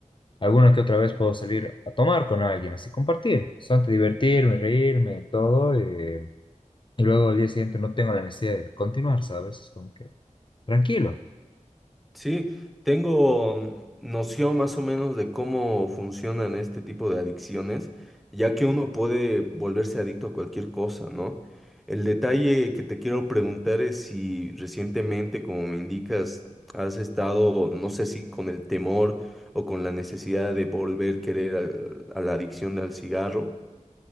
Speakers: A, on the left (about 40°); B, in the centre.
A: alguna que otra vez puedo salir a tomar con alguien, así compartir, solamente divertirme, reírme, todo. eh, y luego al día siguiente no tengo la necesidad de continuar, ¿sabes? Es Como que tranquilo.
B: Sí, tengo mm, noción más o menos de cómo funcionan este tipo de adicciones, ya que uno puede volverse adicto a cualquier cosa, ¿no? El detalle que te quiero preguntar es si recientemente, como me indicas, has estado, no sé si con el temor o con la necesidad de volver a querer al- a la adicción al cigarro.